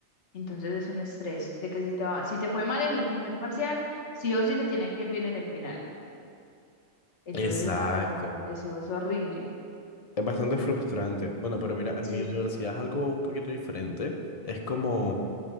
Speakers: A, on the left; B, on the left.
A: Entonces es un estrés de que si te va- si te fue mal en el primer parcial, sí o sí te tiene que ir bien en el final. Entonces
B: Exacto.
A: es una cosa, eso es horrible.
B: Es bastante frustrante. Bueno, pero mira, en
A: Sí.
B: mi universidad es algo un poquito diferente. Es como...